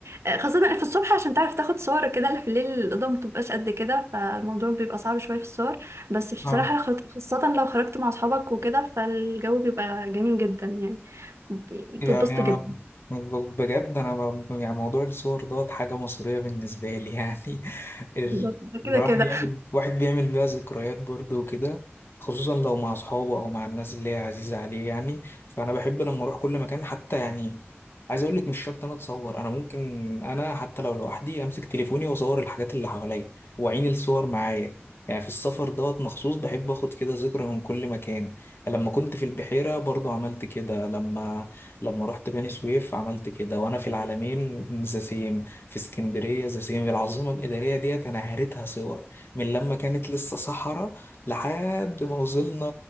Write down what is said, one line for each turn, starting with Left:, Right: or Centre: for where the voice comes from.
Right: آه، خاصة في الصبح عشان تعرف تاخد صور كده لا في الليل الإضاءة متبقاش قد كده فالموضوع بيبقى صعب شوية في الصور بس بصراحة
Left: آه
Right: لو خرجت- خاصة لو خرجت مع أصحابك وكده فالجو بيبقى جميل جدا يعني بتتبسطوا
Left: يعني أنا
Right: جدا
Left: ب- بجد أنا ب- يعني موضوع الصور دوت حاجة مصرية بالنسبة لي يعني <laughs> ال-
Right: بالظبط،
Left: يعني
Right: ده كده
Left: الواحد
Right: كده
Left: بيعمل واحد بيعمل بيها ذكريات برضه وكده خصوصا لو مع أصحابه أو مع الناس اللي هي عزيزة عليه يعني فأنا بحب لما أروح كل مكان حتى يعني عايز أقول لك مش شرط أنا أتصور أنا ممكن أنا حتى لو لوحدي أمسك تليفوني وأصور الحاجات اللي حواليا وأعين الصور معايا يعني في السفر دوت مخصوص بحب اخد كده ذكرى من كل مكان لما كنت في البحيرة برضو عملت كده لما لما رحت بني سويف عملت كده وانا في العالمين ذا سيم في اسكندريه ذا سيم العاصمه الاداريه ديت انا هريتها صور من لما كانت لسه صحراء لحد ما وصلنا